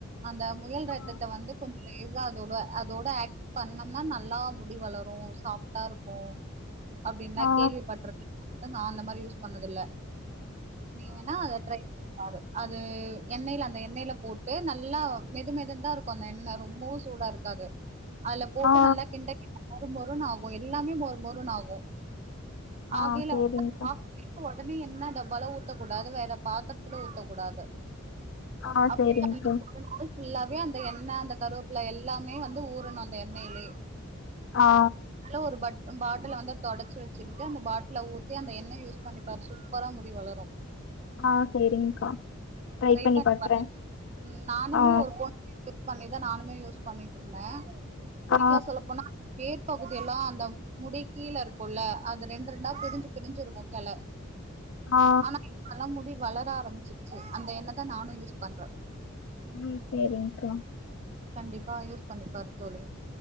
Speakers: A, on the right; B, on the left.
A: அந்த முயல் ரத்தத்த
B: ஆ
A: வந்து கொஞ்ச லேசா அதோட அதோட ஏட் பண்ணம்னா நல்லா முடி வளரு சாஃப்டாருக்கூ அப்டின்னா
B: ஆ
A: கேள்விப்பட்ரு நா அந்த மாரி யூஸ் பண்ணதில்ல நீங்க வேணா அத ட்ரை பாரு அது எண்ணெயில அந்த எண்ணெயில போட்டு நல்லா மெது மெதுன் தாருக்கு அந்த எண்ணெ ரொம்பவு சூடாருக்காது அதுல போட்டு
B: ஆ
A: நல்லா கிண்ட <inaudible> மொறுமொறுனு ஆகு எல்லாமே மொறு மொறுனு ஆகு
B: ஆ
A: ஆகையில
B: சேரிங்க்கா
A: <inaudible> உடனே என்ன டப்பால ஊத்தக்கூடாது வேற பாத்தரத்துல ஊத்தக்கூடாது
B: ஆ
A: அப்டியே
B: சேரிங்க்கா
A: அந்த ஒரு நாள் ஃபுல்லாவே அந்த எண்ணெ அந்த கருவேப்பில எல்லாமே வந்து ஊறணு அந்த எண்ணெய்லயே
B: ஆ
A: <inaudible> ஒரு பட் அ பாட்டில வந்து தொடச்சு வெச்சுக்கிட்டு அந்த பாட்ல ஊத்தி அந்த எண்ணை யூஸ் பண்ணிப்பார் சூப்பரா முடி வளரு
B: ஆ சேரிங்க்கா
A: ட்ரை
B: பண்ணி
A: <inaudible>
B: பாக்குறே
A: நானுமே
B: ஆ
A: ஒரு <inaudible> பண்ணிதா நானுமே யூஸ் பண்ணிட்ருந்தே எனக்லா
B: ஆ
A: சொல்ல போனா வேர் பகுதி எல்லா அந்த முடி கீழ இருக்குல்ல அது ரெண் ரெண்டா பிரிஞ்சு பிரிஞ்சிருக்கு கெள
B: ஆ
A: ஆனா இப்பல்லா முடி வளர ஆரம்பிச்சிருச்சு அந்த எண்ண தா நானு யூஸ் பண்றே
B: உம் செரிங்கா
A: கண்டிப்பா யூஸ் பண்ணிப்பாரு தோழி